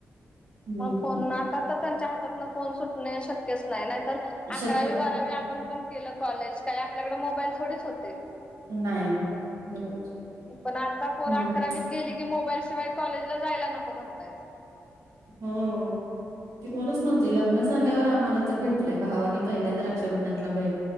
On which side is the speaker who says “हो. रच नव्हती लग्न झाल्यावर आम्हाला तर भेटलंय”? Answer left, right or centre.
Right